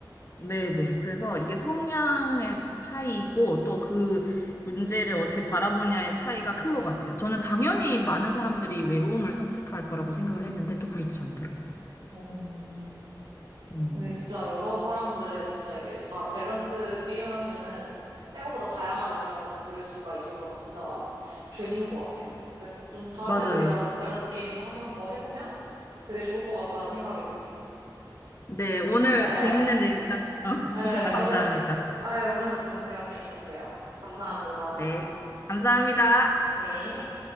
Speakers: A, on the left; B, on the right.
A: 네네.
B: 음.
A: 그래서 이게 성향의 차이고 또 그 문제를 어떻게 바라보냐의 차이가 큰 것 같아요. 저는 당연히 많은 사람들이 외로움을 선택할 거라고 생각을 했는데 또 그렇지 않더라고요.
B: 음,
A: 음,
B: 근데 진짜 여러 사람들의 진짜 이게 다 밸런스 게임 하면은 생각보다 다양한 의견 들을 수가 있어서 진짜 재밌는 것 같아요. 그래서 좀 다음에도
A: 맞아요.
B: 이런 밸런스 게임 한번 더 해보면 되게 좋을 것 같다는 생각이 드네요.
A: 네, 오늘
B: 예,
A: 재밌는 얘기 <laughs>
B: 예,
A: 주셔서 감사합니다.
B: 예, 오늘, 아, 예, 오늘 너무 대화 재밌었어요. 감사합니다.
A: 네, 감사합니다.
B: 네.